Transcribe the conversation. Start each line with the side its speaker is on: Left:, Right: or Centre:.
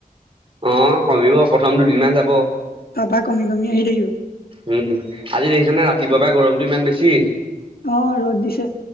Right: অ', কমিব প্ৰথম দুদিনমান যাব।
Left: তাৰপা কমি কমি আহি থাকিব।
Right: উম, আজি দেখিছো নহয় ৰাতিপুৱাৰ পৰাই গৰমটো ইমান বেছি।
Left: অ', ৰ'দ দিছে।